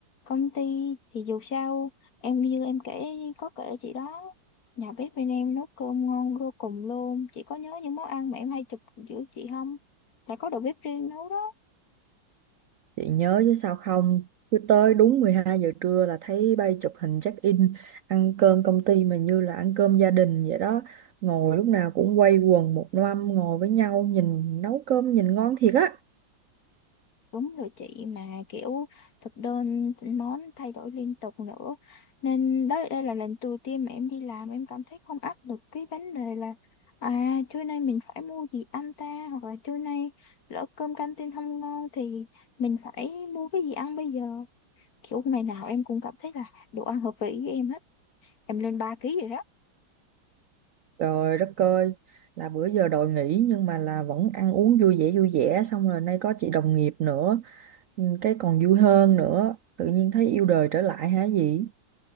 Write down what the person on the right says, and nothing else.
Chị nhớ chứ sao không Cứ tới đúng 12 giờ trưa là thấy bay chụp hình check in Ăn cơm công ty mà như là ăn cơm gia đình vậy đó Ngồi lúc nào cũng quây quần một năm ngồi với nhau Nhìn nấu cơm nhìn ngon thiệt á
Trời đất ơi Là bữa giờ đòi nghỉ nhưng mà là vẫn ăn uống vui vẻ vui vẻ Xong rồi nay có chị đồng nghiệp nữa ừ, Cái còn vui hơn nữa Tự nhiên thấy yêu đời trở lại hả gì